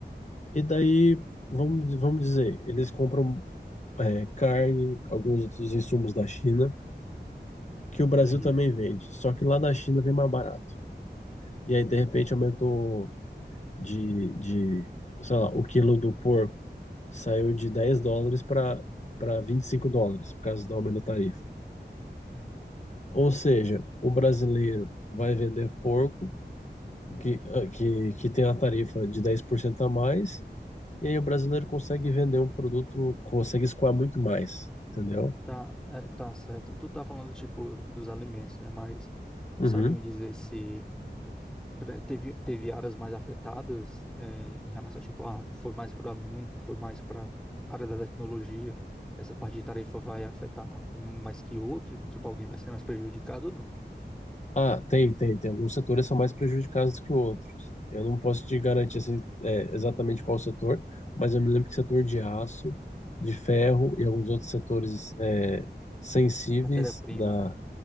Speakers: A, on the left; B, in the centre.
A: E daí, vamos, vamos dizer, eles compram é, carne, alguns outros insumos da China, que o Brasil
B: Entendi.
A: também vende, só que lá da China vem mais barato. E aí, de repente, aumentou de, de, sei lá, o quilo do porco saiu de 10 dólares para para 25 dólares por causa do aumento da tarifa.
B: Uhum.
A: Ou seja, o brasileiro vai vender porco que, ah, que, que tem a tarifa de 10% a mais, e aí o brasileiro consegue vender um produto, consegue escoar muito mais, entendeu?
B: Tá, é, tá certo. Tu tá falando, tipo, dos alimentos, né? Mas tu
A: Uhum.
B: sabe me dizer se pre- teve, teve áreas mais afetadas, é, em relação, tipo, ah, foi mais para o alimento, foi mais para área da tecnologia. Essa parte de tarefa vai afetar um mais que outro? Tipo, alguém vai ser mais prejudicado ou não?
A: Ah, tem, tem, tem. Alguns setores são mais prejudicados que outros. Eu não posso te garantir assim, é, exatamente qual setor, mas eu me lembro que setor de aço, de ferro e alguns outros setores é, sensíveis
B: Matéria-prima,
A: da...
B: né?